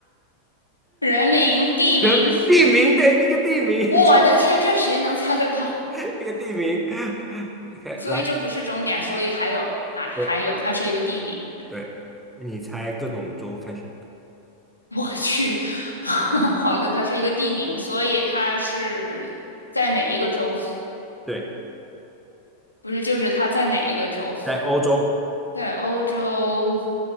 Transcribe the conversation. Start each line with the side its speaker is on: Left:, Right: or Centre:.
Left: 人名、地名，
Centre: 人名地名，对，一个地名，
Left: 我的天，这谁能猜得到？
Centre: <laughs> 一个地名。OK，
Left: 所以这不是终点，
Centre: 来，
Left: 所以还有还还有，
Centre: 对
Left: 它是一个地名。
Centre: 对，你猜各种州开始。
Left: 我去，<laughs> 好的，它是一个地名，所以它是在哪一个州？
Centre: 对，
Left: 不是，就是它在哪一个州？
Centre: 在欧洲，
Left: 在欧洲。